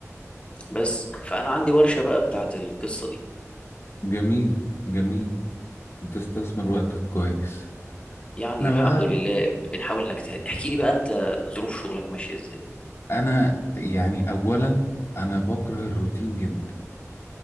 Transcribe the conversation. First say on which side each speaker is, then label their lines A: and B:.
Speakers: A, on the left; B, on the left.
A: بس فأنا عندي ورشة بقى بتاعت القصة دي
B: جميل جميل بتستثمر وقتك كويس
A: يعني
B: انا
A: الحمد
B: بقى
A: لله بنحاول نجتهد احكي لي بقى أنت ظروف شغلك ماشية إزاي
B: انا يعني اولا انا بكره الروتين جدا